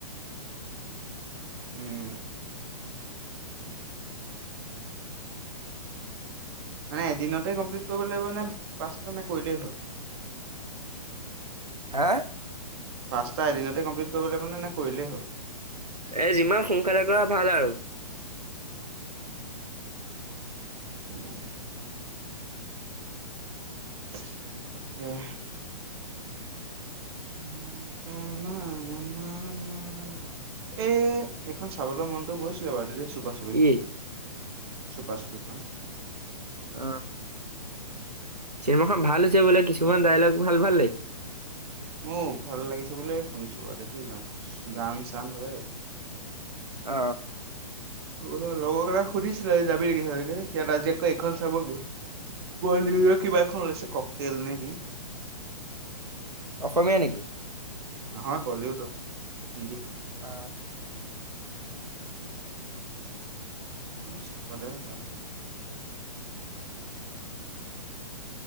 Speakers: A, on the right; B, on the right.
A: উম। মানে এদিনতে কমপ্লিট কৰিব লাগিব নে, পাঁচটা মে কৰিলেই হ'ল?
B: হা?
A: পাঁচটা এদিনতে কমপ্লিট কৰিব লাগিব মানে, নে কৰিলেই হ'ল?
B: এ, যিমান সোনকালে কৰা ভাল, আৰু
A: উম। <unintelligible> <unintelligible> এ, এখন চাবলৈ মনতটো গৈছিলে <unintelligible> চুপা-চুপিখন,
B: কি
A: চুপা চুপিখন।
B: অ চিনেমাখন ভাল হৈছে বোলে, কিছুমান ডায়লগ, ভাল-ভাল লাগিছে।
A: অ', ভাল লাগিছে বুলিয়ে শুনিছো, বাৰু <unintelligible> গান-চান হয়।
B: অ
A: অ লগৰ কেইাক সুধিছিলোে যাবি লাগি সয়াত আজিয়ৈ এইখন চাব গ'ল বলিউ কিবা এখন ওলাইছে কক তেেল নেকি
B: অসমীয়া নেকি
A: নহয় বলিউডৰ হিন্দী
B: অ
A: চাবতে যা